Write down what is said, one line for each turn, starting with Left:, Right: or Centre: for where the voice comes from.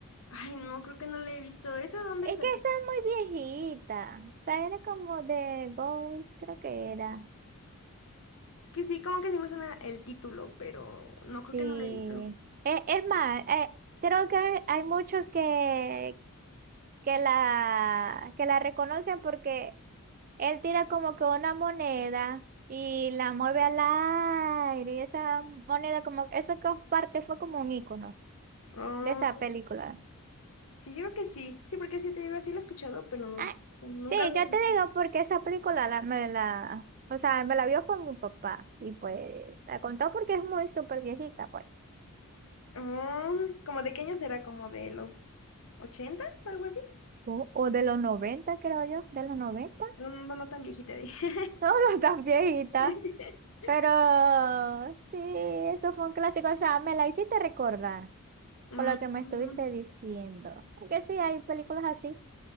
Left: ay, no, creo que no la he visto. ¿Esa dónde
Right: Es
Left: está?
Right: que esa es muy viejita, o sea, era como de Ghost, creo que era.
Left: Es que sí, como que sí me suena el título, pero
Right: Sí.
Left: no creo que no la he visto.
Right: Es, es más, eh, creo que hay muchos que, que la, que la reconocen porque él tira como que una moneda y la mueve al aire y esa moneda como, eso que parte fue como un icono
Left: Ah,
Right: de esa película.
Left: Sí, yo creo que sí. Sí, porque sí te digo, sí lo he escuchado, pero no,
Right: Ah,
Left: nunca
Right: sí,
Left: lo
Right: yo
Left: he...
Right: te digo porque esa película la, me la, o sea, me la vio con mi papá y pues la contó porque es muy súper viejita, pues.
Left: Ah, ¿como de qué año será? ¿Como de los ochentas? ¿Algo así?
Right: O, o de los 90 creo yo, de los noventa
Left: No, no, no no tan viejita. dije.
Right: No, <laughs> no tan viejita,
Left: <laughs>
Right: pero sí, eso fue un clásico. O sea, me la hiciste recordar
Left: Mm,
Right: con lo que me
Left: mm,
Right: estuviste diciendo. Que sí, hay películas así,